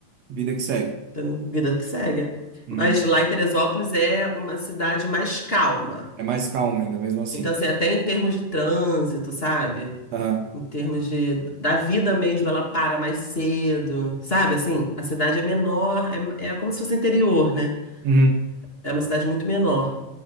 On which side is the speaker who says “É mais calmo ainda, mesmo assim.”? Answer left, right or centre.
Right